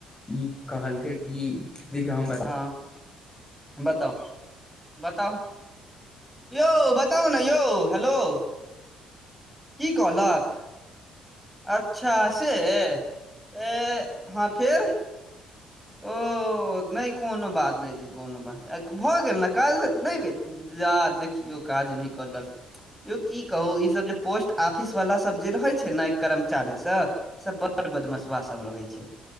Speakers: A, on the left; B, in the centre.
A: ई कहलक कि देखियौ हम बता
B: हँ बताउ <inaudible> बताउ यौ बताउ ने यौ हेलो <inaudible> की कहलक अच्छा सँ अ हँ फेर ओ नहि कोनो बात नहि छै कोनो बात नहि भऽ गेल ने काइल नहि भेल जा देखियौ काज नहि कलक यौ की कहू ई सब जे पोस्ट आफिस वाला सब जे रहै छै ने कर्मचारी सब ई सब बड बदमशुआ सब रहै छै